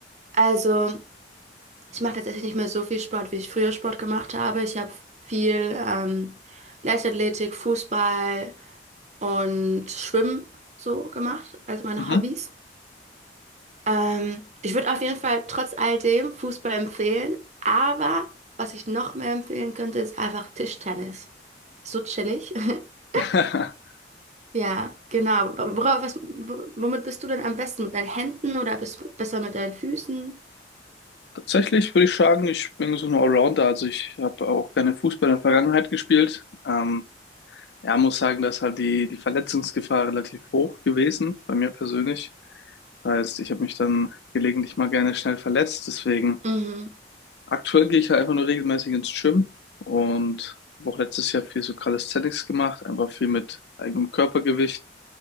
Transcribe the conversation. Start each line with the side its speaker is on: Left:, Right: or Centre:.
Right: Also, ich mache tatsächlich nicht mehr so viel Sport, wie ich früher Sport gemacht habe. Ich habe viel ähm, Leichtathletik, Fußball und Schwimmen so gemacht, als meine
Left: Mhm.
Right: Hobbys. Ähm, ich würde auf jeden Fall trotz all dem Fußball empfehlen, aber was ich noch mehr empfehlen könnte, ist einfach Tischtennis. So chillig. <laughs>
Left: <laughs>
Right: Ja, genau. Worauf, was, wo- womit bist du denn am besten? Mit deinen Händen oder bist du besser mit deinen Füßen?
Left: Tatsächlich würde ich sagen, ich bin so ein Allrounder. Also ich habe auch gerne Fußball in der Vergangenheit gespielt. Ähm, ja, muss sagen, da ist halt die, die Verletzungsgefahr relativ hoch gewesen, bei mir persönlich. Heißt, ich habe mich dann gelegentlich mal gerne schnell verletzt. Deswegen
Right: Mhm.
Left: Aktuell gehe ich halt einfach nur regelmäßig ins Gym und habe auch letztes Jahr viel so Calisthenics gemacht, einfach viel mit eigenem Körpergewicht,